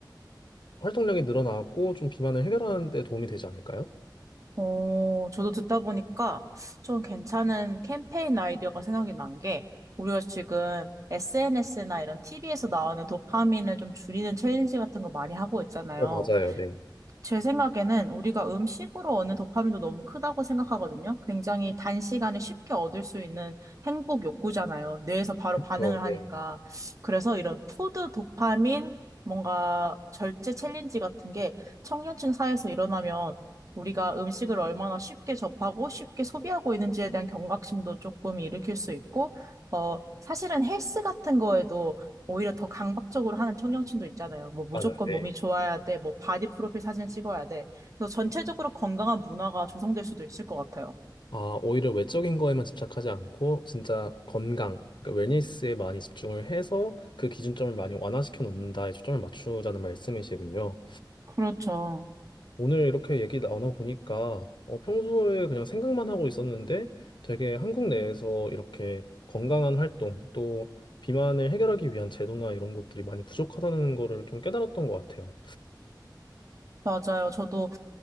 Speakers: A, on the left; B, on the right.
A: 활동량이 늘어나고 좀 비만을 해결하는 데 도움이 되지 않을까요?
B: 어, 저도 듣다 보니까 좀 괜찮은 캠페인 아이디어가 생각이 난 게, 우리가 지금 SNS나 이런 TV에서 나오는 도파민을 좀 줄이는 챌린지 같은 거 많이 하고 있잖아요.
A: 어, 맞아요. 네.
B: 제 생각에는 우리가 음식으로 얻는 도파민도 너무 크다고 생각하거든요. 굉장히 단시간에 쉽게 얻을 수 있는 행복 욕구잖아요. 뇌에서 바로
A: 그쵸.
B: 반응을 하니까.
A: 네.
B: 그래서 이런 푸드 도파민, 뭔가 절제 챌린지 같은 게 청년층 사회에서 일어나면 우리가 음식을 얼마나 쉽게 접하고 쉽게 소비하고 있는지에 대한 경각심도 조금 일으킬 수 있고, 어, 사실은 헬스 같은 거에도 오히려 더 강박적으로 하는 청년층도 있잖아요. 뭐 무조건
A: 맞아요. 네.
B: 몸이 좋아야 돼, 뭐 바디 프로필 사진을 찍어야 돼. 그래서 전체적으로 건강한 문화가 조성될 수도 있을 것 같아요.
A: 아, 오히려 외적인 거에만 집착하지 않고 진짜 건강, 그러니까 웰니스에 많이 집중을 해서 그 기준점을 많이 완화시켜 놓는다에 초점을 맞추자는 말씀이시군요.
B: 그렇죠.
A: 오늘 이렇게 얘기 나눠보니까 어, 평소에 그냥 생각만 하고 있었는데 되게 한국 내에서 이렇게 건강한 활동 또 비만을 해결하기 위한 제도나 이런 것들이 많이 부족하다는 거를 좀 깨달았던 것 같아요.
B: 맞아요. 저도